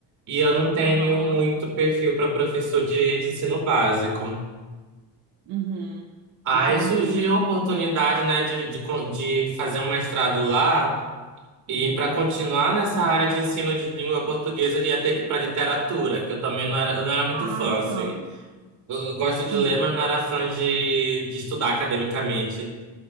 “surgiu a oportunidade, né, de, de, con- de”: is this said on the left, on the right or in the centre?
Right